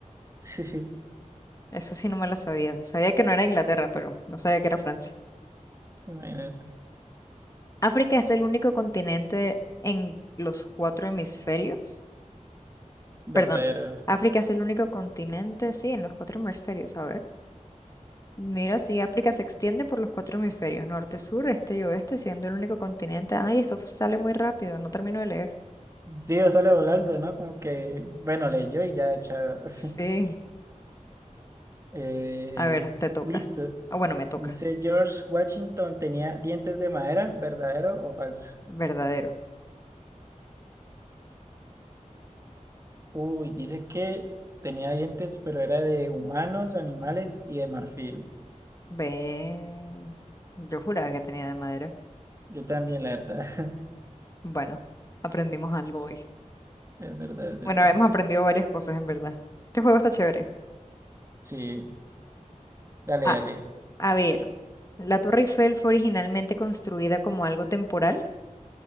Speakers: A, on the right; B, on the left.
A: Sí,
B: eso sí no me lo sabía. Sabía que no era Inglaterra, pero no sabía que era Francia.
A: imagínate.
B: África es el único continente en los cuatro hemisferios.
A: Verdadero.
B: Perdón, África es el único continente, sí, en los cuatro hemisferios. A ver. Mira, sí, África se extiende por los cuatro hemisferios, norte, sur, este y oeste, siendo el único continente. Ay, esto sale muy rápido, no termino de leer.
A: Sí, o sale volando, ¿no? Como que, bueno, leyó y ya, chao.
B: Sí.
A: <laughs> Eh,
B: A ver, te toca.
A: listo.
B: Ah, bueno, me toca.
A: Dice George Washington tenía dientes de madera, ¿verdadero o falso?
B: Verdadero.
A: Uy, dice que tenía dientes, pero era de humanos, animales y de marfil.
B: Ve. Yo juraba que tenía de madera.
A: Yo también, la verdad. <laughs>
B: Bueno, aprendimos algo hoy.
A: Es verdad, es verdad.
B: Bueno, hemos aprendido varias cosas, en verdad. ¿Qué juego está chévere?
A: Sí, dale,
B: Ah,
A: dale.
B: a ver. La Torre Eiffel fue originalmente construida como algo temporal.